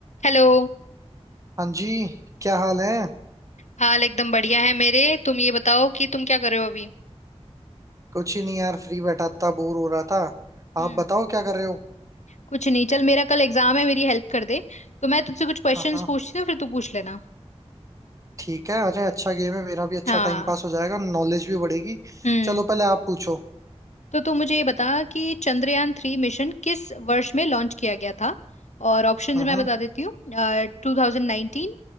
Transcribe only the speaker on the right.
हाँ जी क्या हाल है
कुछ ही नहीं यार फ्री बैठा था बोर हो रहा था
आप बताओ क्या कर रहे हो
हाँ हाँ
ठीक है अरे अच्छा गेम है मेरा भी अच्छा
टाइम पास हो जाएगा नॉलेज भी बढ़ेगी
चलो पहले आप पूछो
हम्म